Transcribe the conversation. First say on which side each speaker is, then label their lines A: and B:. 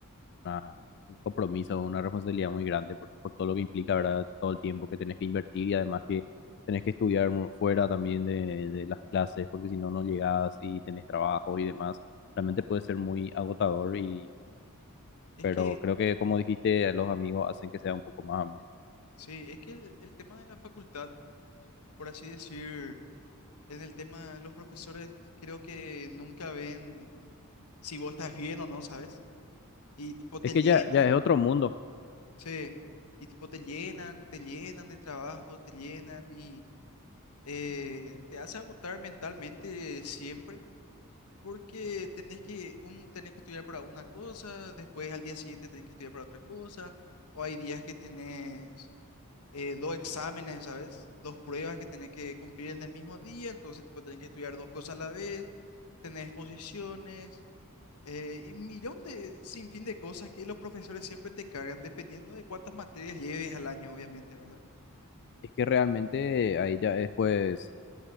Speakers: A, on the left; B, on the left.
A: una- un compromiso, una responsabilidad muy grande por, por todo lo que implica, ¿verdad? Todo el tiempo que tenés que invertir y además que tenés que estudiar mu- fuera también de, de las clases, porque si no, no llegás y tenés trabajo y demás. Realmente puede ser muy agotador y,
B: Es
A: pero
B: que,
A: creo que como dijiste, los amigos hacen que sea un poco más ameno.
B: sí, es que el el tema de la facultad por así decir, en el tema, los profesores creo que nunca ven si vos estás bien o no, ¿sabes? Y tipo te
A: Es que
B: llenan,
A: ya, ya es otro mundo.
B: sí, y tipo te llenan, te llenan de trabajo, te llenan y eh, te hace agotar mentalmente siempre. Porque tenés que, un, tenés que estudiar para una cosa, después al día siguiente tenés que estudiar para otra cosa, o hay días que tenés eh, dos exámenes, ¿sabes? Dos pruebas que tenés que cumplir en el mismo día, entonces, tipo, tenés que estudiar dos cosas a la vez, tener exposiciones, eh, y un millón de, sin fin de cosas que los profesores siempre te cargan, dependiendo de cuántas materias lleves al año, obviamente, ¿verdad?
A: Es que realmente ahí ya es pues